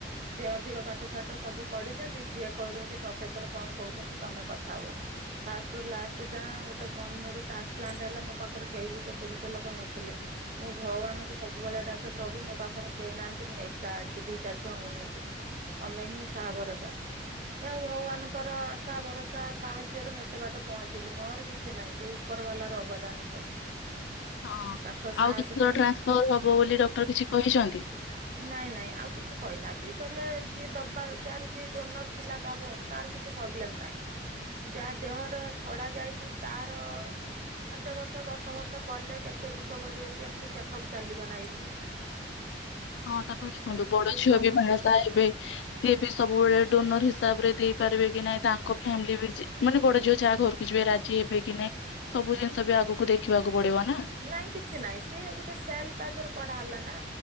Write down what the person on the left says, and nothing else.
ହଁ
ଆଉ କିଛି ଥର
ଟ୍ରାନ୍ସଫର୍ ହବ ବୋଲି ଡକ୍ଟର କିଛି କହିଛନ୍ତି?
ହଁ ତାପରେ ଦେଖନ୍ତୁ ବଡ ଝିଅ
ବି
ବାହାସାଆ ହେବେ ସିଏ ବି ସବୁବେଳେ ଡୋନର ହିସାବ ରେ ଦେଇପାରିବେ କି ନାଇଁ ତାଙ୍କ ଫ୍ୟାମିଲି ବି ମାନେ ବଡ ଝିଅ ଯାହା ଘରକୁ ବୁଝିବେ ରାଜି ହେବେ କି ନାଇଁ ସବୁ ଜିନିଷ ବି ଆଗକୁ ଦେଖିବାକୁ ପଡିବ ନା।